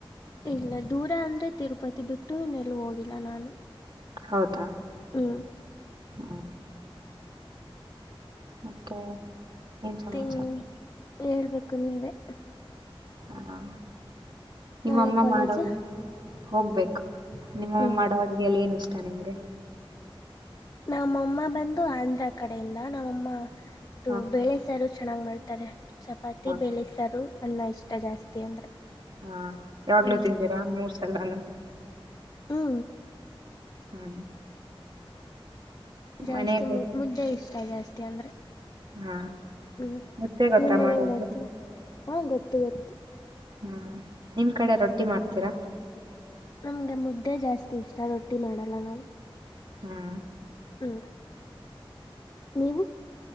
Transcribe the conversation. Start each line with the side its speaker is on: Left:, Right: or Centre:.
Left: ಇಲ್ಲ ದೂರ ಅಂದರೆ ತಿರುಪತಿ ಬಿಟ್ಟು ಇನ್ನೆಲ್ಲ ಹೋಗಿಲ್ಲ ನಾನು
Right: ಹೌದಾ
Left: ಹ್ಞೂ
Right: ಹ ಮತ್ತುತ್ತೆ ಏನು
Left: ಮತ್ತೆ
Right: ಸಮಾಚಾರ
Left: ನೀವು ಹೇಳ್ಬೇಕು ನೀವೇ
Right: ಹಾ ನಿಮ್ಮಮ್ಮ
Left: ನಾಳೆ ಕಾಲೇಜು
Right: ಮಾಡ ಹೋಗ್ಬೇಕು ನಿಮ್ಮಮ್ಮ
Left: ಹ್ಞೂ
Right: ಮಾಡೋ ಎಲ್ಲಿ ಏನ್ ಇಷ್ಟ ನಿಮ್ಗೆ
Left: ನಮ್ಮಮ್ಮ ಬಂದು ಆಂಧ್ರ ಕಡೆಯಿಂದ ನಮ್ಮಮ್ಮ ಇದು
Right: ಹ
Left: ಬೇಳೆಸರ ಚೆನ್ನಾಗಿ್ ಮಾಡ್ತಾರೆ ಚಪಾತಿ
Right: ಹೌದು
Left: ಬೇಳೆಸಾರು ಅನ್ನ ಇಷ್ಟ ಜಾಸ್ತಿ ಅಂದರೆ
Right: ಹಾ ಯಾವಾಗ್ಲುೂ
Left: ಹ್ಞೂ
Right: ತಿಂತೀರಾ ಮೂರ್ ಸಲಾನು
Left: ಹ್ಮ
Right: ಹುಂ
Left: ಜಾಸ್ತಿ
Right: ಮನೆಗೆ
Left: ಮುದ್ದು ಮುದ್ದೆ ಇತ್ತ ಜಾಸ್ತಿ ಅಂದ್ರೆ
Right: ಹಾ
Left: ಹ್ಮ್
Right: ಮುದ್ದೆ ಗೊತ್ತಾ
Left: ನಿಮ್ಮ್ ಮನ್ಯಾಗ
Right: ಮಾಡೋದು
Left: ಮಾಡ್ತೀರಾ ಹಾ ಗೊತ್ತು ಗೊತ್ತು
Right: ಹ್ಮ ನಿಮ್ ಕಡೆ ರೊಟ್ಟಿ ಮಾಡ್ತೀರಾ
Left: ನಮ್ಗೆ ಮುದ್ದೆ ಜಾಸ್ತಿ ಇಷ್ಟ ರೊಟ್ಟಿ ಮಾಡಲ್ಲ ನಾವು
Right: ಹಾ್
Left: ಹ್ಞೂ ನೀವು